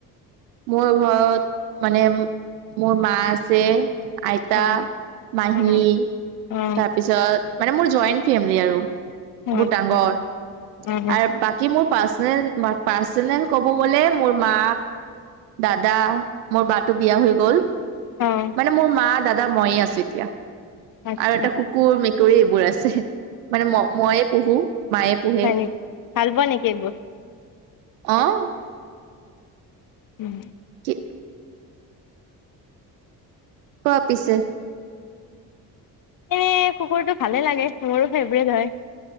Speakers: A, on the right; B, on the left.
A: মোৰ ঘৰত মানে, মোৰ মা আছে আইতা,
B: অ'
A: মাহী,
B: অ', অ',
A: তাৰপিছত মানে মোৰ জইণ্ট ফেমিলি আৰু বহুত
B: আচ্ছা
A: ডাঙৰ
B: অ',
A: আৰু বাকী কি মোৰ পাৰ্চনেল পাৰ্চনেল ক'ব গ'লে মোৰ মা, দাদা মোৰ বাটো বিয়া হৈ গল
B: অ',
A: মানে মোৰ মা, দাদা, মইে আছো এতিয়া।
B: আচ্ছা।
A: আৰু এটা কুকুৰ, মেকুৰী, এইবোৰ আছে মানে ম মই পহো মায়ে। পোহে
B: হয় নেকি ভাল পোৱা নেকি একবোৰ
A: আহ
B: উম
A: কি? কোৱা পিছে
B: এ কুকুৰটো, ভালে লাগে মোৰো ফেভৰেট হয়